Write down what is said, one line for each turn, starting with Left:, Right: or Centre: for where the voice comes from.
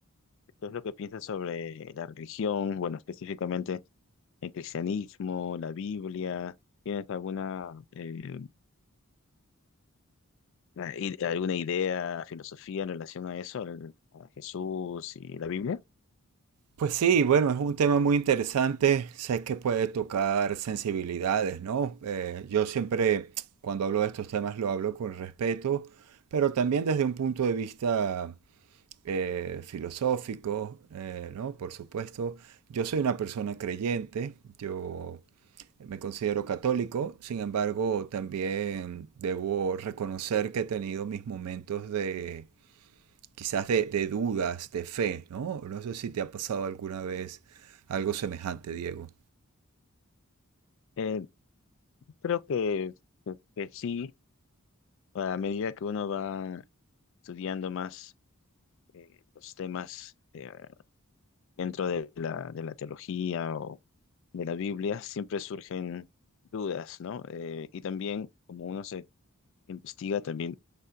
Left: qué es lo que piensas sobre la religión, bueno, específicamente el cristianismo, la Biblia. ¿Tienes alguna, eh, la- i- alguna idea, filosofía en relación a eso, al- a Jesús y la Biblia?
Right: pues sí, bueno, es un tema muy interesante. Sé que puede tocar sensibilidades, ¿no? Eh, yo siempre, <tsk> cuando hablo de estos temas, lo hablo con respeto, pero también desde un punto de vista eh, filosófico, eh, ¿no? Por supuesto, yo soy una persona creyente, yo Me considero católico, sin embargo, también debo reconocer que he tenido mis momentos de quizás de, de dudas, de fe, ¿no? No sé si te ha pasado alguna vez algo semejante, Diego.
Left: Eh, creo que, que sí, a medida que uno va estudiando más eh, los temas eh, dentro de la, de la teología o de la Biblia, siempre surgen dudas, ¿no? Eh, y también, como uno se investiga, también